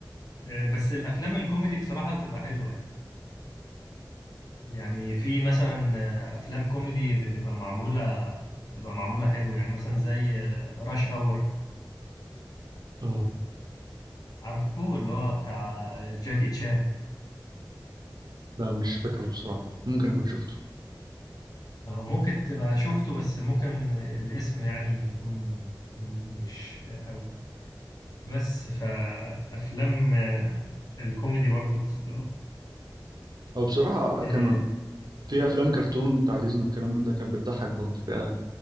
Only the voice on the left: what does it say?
آه، بس الافلام الكوميدي بصراحة بتبقى حلوة يعني يعني في مثلا آه، افلام كوميدي بتبقى معموله بتبقى معموله حلو يعني مثلا زي راش اور
عارفه اللي هو بتاع آه، جاكي تشان
آه، ممكن تبقى شفته بس ممكن الاسم يعني يكون م- مش قوي بس فافلام آه، الكوميدي برضو بتبقى
اه